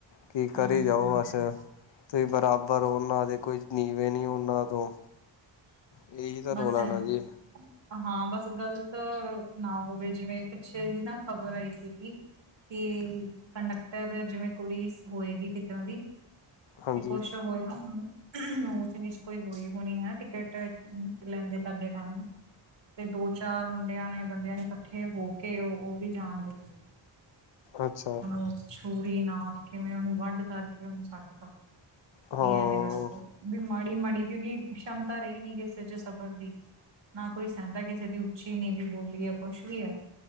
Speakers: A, on the left (about 70°); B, on the right (about 65°).
A: ਤੇ ਕਰੀ
B: ਹਮ
A: ਜਾਓ ਐਸੇ, ਤੇ ਬਰਾਬਰ ਪਰ ਓਨਾਂ ਦੇ ਕੋਈ ਨੀਵੇਂ ਨੀ ਓਨਾਂ ਤੋਂ, ਏਹੀ ਤਾਂ
B: ਬਸ
A: ਰੋਲਾ
B: ਐ
A: ਨਾ ਜੀ।
B: ਹਾਂ ਬਸ ਗਲਤ ਨਾ ਹੋਵੇ ਜਿਵੇਂ ਪਿੱਛੇ ਵੀ ਨਾ ਖ਼ਬਰ ਆਈ ਸੀਗੀ। ਕਿ ਕੰਡਕਟਰ ਜਿਵੇਂ ਕੁੜੀ ਹੋਏਗੀ ਕਿਤੋਂ ਦੀ
A: ਹਾਂਜੀ
B: ਤੇ ਕੋਛ ਹੋਏਆ ਹੁੰਦਾ ਹੁਹੁ, ਉੱਚ -ਨੀਚ ਕੋਈ ਹੋਈ ਹੋਣੀ ਨਾ ਟਿਕਟ ਲੈਂਦੇ ਕਰਦੇ ਟੈਮ ਤੇ ਦੋ ਚਾਰ ਮੁੰਡੇਆਂ ਨੇ ਬੰਦੇਆਂ ਨੇ ਇਕੱਠੇ ਹੋ ਕੇ ਓ ਓਦੀ ਜਾਨ ਲੈ ਲੀ। <inaudible>
A: ਅੱਛਾ।
B: ਔਰ ਛੂਰੀ ਨਾਲ ਕਿਵੇਂ ਓਨੂੰ ਵੱਡ ਕਰ ਕੇ ਓਨੂੰ ਸੱਟ ਤਾ।
A: ਹਾਂ
B: ਵੀ ਏਵੇਂ ਦੱਸੋ, ਵੀ ਮਾੜੀ -ਮਾੜੀ ਕਿਉਂਕਿ ਸ਼ਮਤਾ ਰਈ ਨੀ ਕਿਸੇ ਚ ਸਬਰ ਦੀ। ਨਾ ਕੋਈ ਸੇਂਦਾ ਕਿਸੇ ਦੀ ਉੱਚੀ ਨੀਵੀ ਬੋਲੀਏ ਕੁੱਛ ਵੀ ਐ,